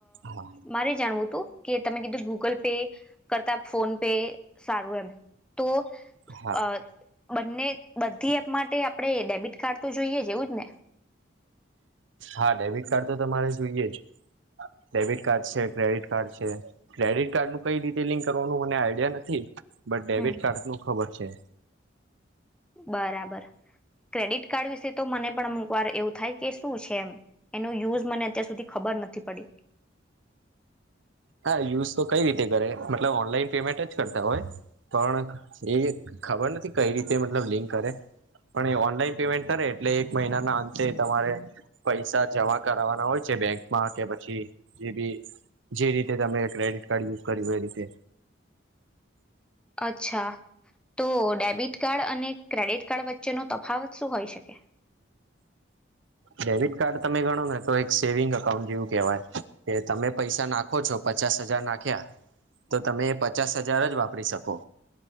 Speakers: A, on the right; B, in the centre.
A: હા
B: મારે જાણવું હતું કે તમે કીધું ગૂગલ પે કરતા ફોન પે સારું એમ તો
A: હા
B: અ બંને બધી એપ માટે આપડણે ડેબિટ કાર્ડ તો જોઈએ છે એવું જ ને?
A: હા ડેબિટ કાર્ડ તો તમારે જોઈએ જ ડેબિટ કાર્ડ છે ક્રેડિટ ક્રેડિટ કાર્ડ છે ક્રેડિટ કાર્ડ નું કઈ રીતે લિંક કરવાનું મને આઈડિયા નથી. બટ ડેવિટ
B: હમ
A: કાર્ડ નું ખબર છે.
B: બરાબર ક્રેડિટ કાર્ડ વિશે તો મને પણ વાર એવું થાય કે શું છે એમ એનો યુઝ મને અત્યાર સુધી ખબર નથી પડી.
A: હા યુઝ તો કઈ રીતે કરે મતલબ ઓનલાઈન પેમેન્ટ જ કરતા હોય. પણ એ ખબર નથી કઈ રીતે મતલબ લિંક કરે. પણ એ ઓનલાઈન પેમેન્ટ કરે એટલે એક મહિનાના અંતે તમારે પૈસા જમા કરાવવાના હોય છે બેંકમાં કે પછી જે બી જે રી કે તમે ક્રેડિટ કાર્ડ યુઝ કર્યું એ રીતે.
B: અચ્છા તો ડેબિટ કાર્ડ અને ક્રેડિટ કાર્ડ વચ્ચેનો તફાવત શું હોઈ શકે.
A: ડેબિટ કાર્ડ તમે ગણો ને તો એક સેવિંગ એકકાઉન્ટ જેવું કેહેવાય. કે તમે પૈસા નાખો છો પચાસ હજાર નાખ્યા. તો તમે એ પચાસ હજાર જ વાપરી શકો.